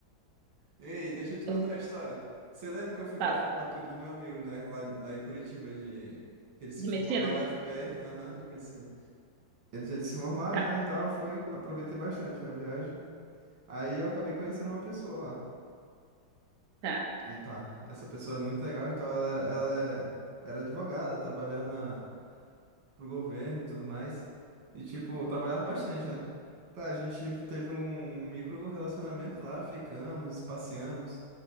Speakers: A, on the right; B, on the right.
A: Ei, deixa eu te contar
B: Uhum.
A: a história. Você lembra que eu fui para
B: Fala.
A: formatura do meu amigo, né? Lá, lá em Curitiba, de... que ele se
B: De
A: formou
B: medicina?
A: na UFPR, aham, de medicina. Ele tinha se formado,
B: Tá,
A: né, e tal, fui, aproveitei bastante a viagem. Aí eu acabei conhecendo uma pessoa lá.
B: tá.
A: Aí tá, essa pessoa era muito legal e tal, ela era, ela é- era advogada, trabalhava na, pro governo e tudo mais. E, tipo, eu trabalhava bastante, né? Tá, a gente teve um micro relacionamento lá, ficamos, passeamos,